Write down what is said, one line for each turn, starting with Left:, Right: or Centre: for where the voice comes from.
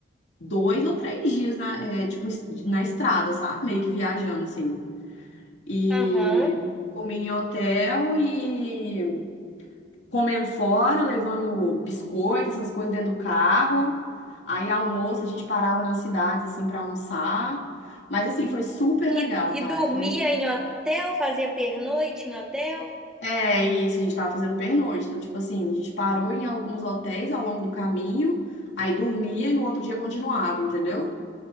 Left: dois ou três dias na, é, tipo, es- na estrada, sabe? Meio que viajando, assim. E
Centre: Aham.
Left: dormindo em hotel e comendo fora, levando biscoito, essas coisas dentro do carro. Aí almoço a gente parava nas cidades assim para almoçar. Mas assim, foi super
Centre: E,
Left: legal,
Centre: e
Left: cara.
Centre: dormia
Left: Foi
Centre: em hotel, fazia pernoite em hotel.
Left: é isso, a gente tava fazendo pernoite. Então, tipo assim, a gente parou em alguns hotéis ao longo do caminho, aí dormia e no outro dia continuava, entendeu?